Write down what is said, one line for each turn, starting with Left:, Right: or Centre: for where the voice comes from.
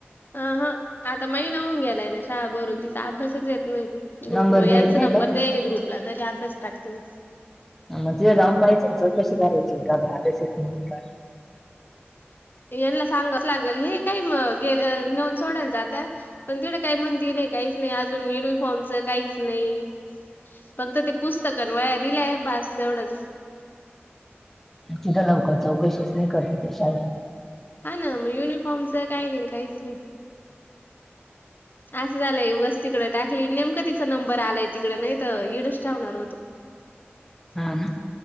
Left: अ ह आता महिना होऊन गेलाय ना शाळा भरून तिचा अभ्यासच येत. नाही ग्रुप
Centre: नंबर
Left: व
Centre: देईल
Left: यांचा
Centre: नाही
Left: नंबर
Centre: का
Left: द्याय र ग्रुपला तरी अभ्यास टाकते मी.
Centre: मग तिथे जाऊन पाहियचं चौकशी करायची का बरा अभ्यास येत नाही काय.
Left: यांना सांगाच लागेल हे काही गे नेऊन सोडायला जात्या. पण तवढं काही म्हणती नाही काहीच नाही अजून युनिफॉर्मच काहीच नाही. फक्त ते पुस्तक आणि वया दिले भास एवढंच.
Centre: तिथं लवकर चौकशीच नाही कर त त्या शाळेत.
Left: हा ना मग युनिफॉर्मच काही नाही काहीच नाही अस. झालंयगस तिकडे टाकली नेमकां तिचा नंबर आलाय तिकडे नाही तर हीडच ठेवणार होतो. <unintelligible>
Centre: हा ना.